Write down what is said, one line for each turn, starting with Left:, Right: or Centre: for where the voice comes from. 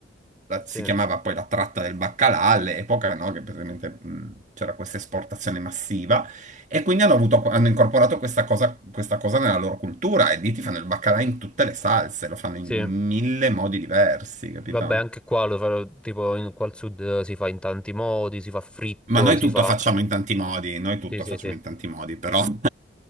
Right: la-
Centre: Sì,
Right: si chiamava poi la tratta del baccalà all'epoca, no? Che praticamente mh, c'era questa esportazione massiva e quindi hanno avuto- hanno incorporato questa cosa, questa cosa nella loro cultura e lì ti fanno il baccalà in tutte le salse, lo fanno in
Centre: sì.
Right: mille modi diversi, capito?
Centre: Vabbè, anche qua lo farò, tipo, in, qua al sud eh, si fa in tanti modi, si fa fritto,
Right: Ma noi
Centre: si
Right: tutto
Centre: fa...
Right: facciamo in tanti modi, noi tutto
Centre: Sì, sì,
Right: facciamo
Centre: sì.
Right: in tanti modi, però
Centre: Mm.
Right: <laughs>